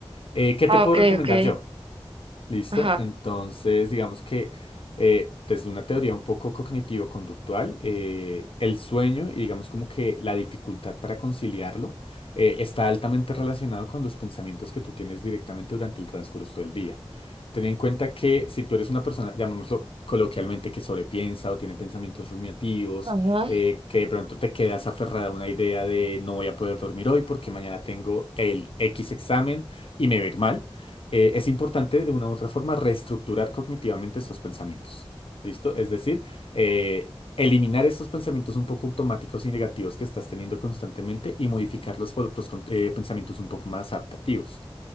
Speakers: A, on the left; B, on the right.
A: Eh, ¿qué
B: Ah,
A: te puedo
B: ok,
A: recomendar
B: ok.
A: yo? Listo.
B: Ajá.
A: Entonces, digamos que eh, desde una teoría un poco cognitivo-conductual, eh, el sueño y digamos como que la dificultad para conciliarlo eh, está altamente relacionado con los pensamientos que tú tienes directamente durante el transcurso del día. Ten en cuenta que si tú eres una persona, llamémoslo coloquialmente, que sobrepiensa o tiene pensamientos rumiativos,
B: Ajá.
A: eh, que de pronto te quedas aferrada a una idea de no voy a poder dormir hoy porque mañana tengo el X examen y me va a ir mal eh, es importante de una u otra forma reestructurar cognitivamente estos pensamientos. ¿Listo? Es decir, eh, eliminar estos pensamientos un poco automáticos y negativos que estás teniendo constantemente y modificarlos por otros con- eh, pensamientos un poco más adaptativos.